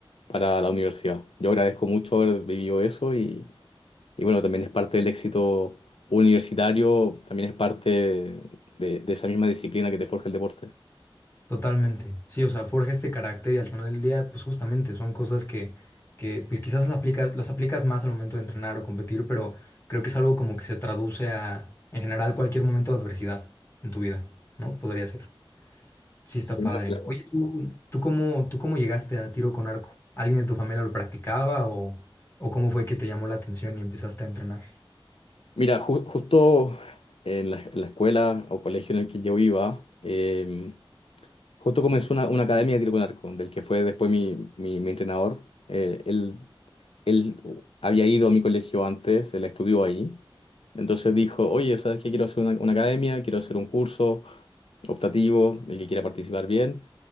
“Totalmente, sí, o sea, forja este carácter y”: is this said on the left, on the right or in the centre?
Left